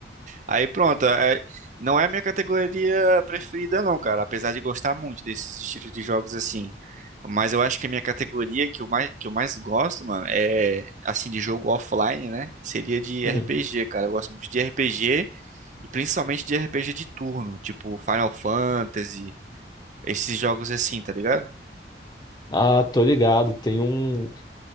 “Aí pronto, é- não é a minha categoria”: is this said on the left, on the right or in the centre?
Right